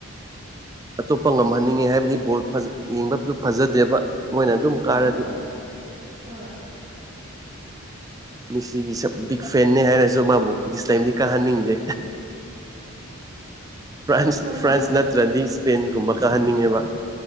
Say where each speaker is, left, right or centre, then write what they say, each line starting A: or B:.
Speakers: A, on the right; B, on the right.
A: ꯑꯇꯣꯞꯄ ꯉꯝꯍꯟꯅꯤꯡꯉꯦ ꯍꯥꯏꯕꯗꯤ ꯕꯣꯜ ꯐꯖ ꯌꯦꯡꯕꯗꯨꯞ ꯐꯖꯗꯦꯕ ꯃꯣꯏꯅ ꯑꯗꯨꯝ
B: ꯍꯣꯏ
A: ꯀꯥꯔꯗꯤ
B: ꯍꯣꯏ ꯍꯣꯏ
A: <inaudible> ꯃꯤꯁꯤꯒꯤ ꯁꯞ ꯕꯤꯛ ꯐꯦꯟꯅꯦ ꯍꯥꯏꯔꯁꯨ ꯃꯥꯕꯨ ꯗꯤꯁ ꯇꯥꯏꯝꯗꯤ ꯀꯥꯍꯟꯅꯤꯡꯗꯦ ꯐ꯭ꯔꯥꯟꯁ
B: ꯀꯩ ꯍꯥꯏꯕꯅꯣ
A: ꯐ꯭ꯔꯥꯟꯁ ꯅꯠꯇ꯭ꯔꯗꯤ ꯏꯁꯄꯦꯟꯒꯨꯝꯕ ꯀꯥꯍꯟꯅꯤꯡꯉꯦꯕ